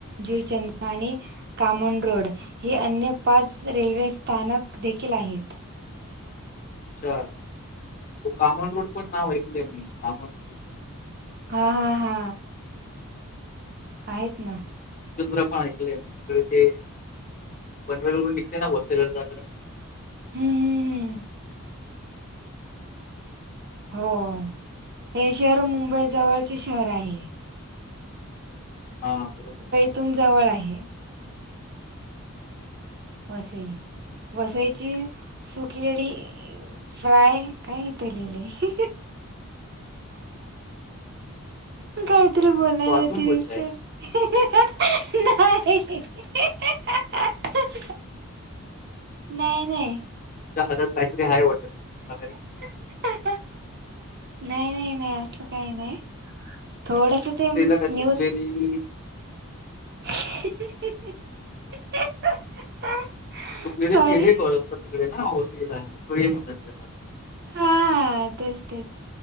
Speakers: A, on the right (about 50°); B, on the left (about 35°).
A: ज्यूचंदानी कामन रोड हे अन्य पाच रेल्वे स्थानक देखील आहेत.
B: अच्छा हो कामन रोड पण नाव ऐकलं आहे मी कामन स्टेशन
A: हा हा हा आहेत ना.
B: चुंद्र पण ऐकलंय मी तिकडे ते पनवेलवरून निघते ना वसईकडे जाताना
A: हुं हुं हुं हो हे शहर मुंबई जवळचे शहर आहे.
B: हां बरोबर
A: इथून जवळ आहे. वसई वसईची सुकलेली फ्राय काय हित लिहिलंय? मी काहीतरी बोलणार
B: वाचून
A: होती
B: बोलताय
A: विसरली. <unintelligible> नाही <unintelligible> नाही नाही
B: तुमच्या हातात काहीतरी आहे वाटतं असेल
A: नाही, नाही, नाही असं काही नाही. थोडसं ते
B: वसईला काय सुकलेली
A: न्यूज <unintelligible>
B: सुकलेले
A: सॉरी
B: केळी असतात तिकडे ना वसईला सुकळी म्हणतात त्याला
A: हा तेच तेच